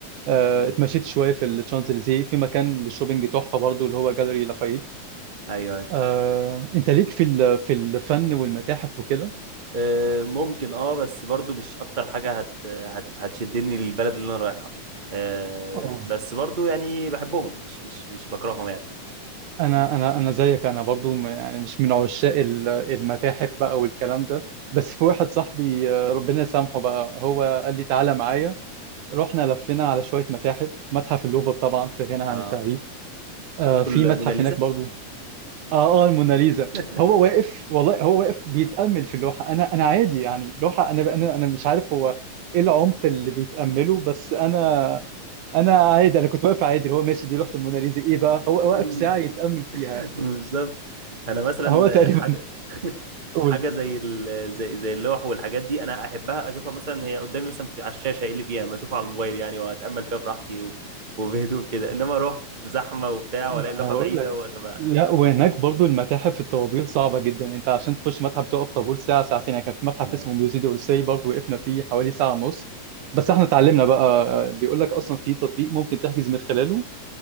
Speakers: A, on the right; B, on the right.
A: آه،
B: امم
A: اتمشيت شويه في الشانزليزيه في مكان للشوبينج تحفه برضو اللي هو جاليري لافايت
B: ايوه ايوه
A: آه، انت ليك في ال- في الفن والمتاحف وكده
B: أه ممكن اه بس برضو مش اكتر حاجه هت هت هتشدني للبلد اللي انا رايحها أه
A: اه
B: بس برضو يعني بحبهم مش مش مش بكرههم يعني
A: انا
B: ال-
A: انا انا زيك انا برضو م- يعني مش من عشاق ال- المتاحف بقى والكلام ده بس في واحد صاحبي آه، ربنا يسامحه بقى هو قال لي تعالى معايا رحنا لفينا على شوية متاحف متحف اللوفر طبعا في غنى
B: اه
A: عن التعريف آه
B: شفتوا
A: في
B: الموناليزا
A: متحف هناك برضو اه اه الموناليزا
B: <laughs>
A: هو واقف والله هو واقف بيتأمل في اللوحة انا انا عادي يعني لوحة انا انا انا مش عارف هو ايه العمق اللي بيتأمله بس انا انا عادي انا كنت واقف عادي اللي هو ماشي دي لوحة الموناليزا ايه
B: <laughs>
A: بقى هو واقف ساعة يتأمل فيها
B: بالظبط انا مثلا
A: هو تقريبا
B: حاجه <laughs>
A: قول
B: حاجه زي ال... زي زي اللوح والحاجات دي انا احبها اشوفها مثلا هي قدامي مثلا في على الشاشه ايه اللي فيها ما اشوفها على الموبايل يعني واتامل فيها براحتي و... وبهدوء كده انما اروح في زحمه وبتاع والاقي
A: ما
B: اللوحه
A: انا بقول
B: بعيده
A: لك
B: وطب
A: لا وهناك برضو المتاحف الطوابير صعبة جدا انت عشان تخش متحف تقف طابور ساعة ساعتين يعني كان في متحف
B: اه
A: اسمه ميوزي دي اورسي برضو وقفنا فيه حوالي ساعة ونص بس احنا اتعلمنا بقى بيقول لك اصلا في تطبيق ممكن تحجز من خلاله